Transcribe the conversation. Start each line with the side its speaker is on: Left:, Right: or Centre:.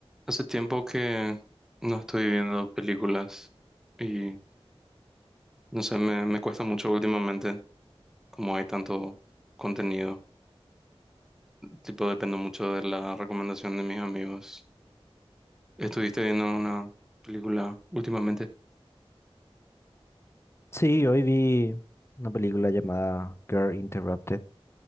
Centre: Hace tiempo que no estoy viendo películas y no sé, me, me cuesta mucho últimamente, como hay tanto contenido. Tipo, dependo mucho de la recomendación de mis amigos. ¿Estuviste viendo una película últimamente?
Left: Sí, hoy vi una película llamada Girl Interrupted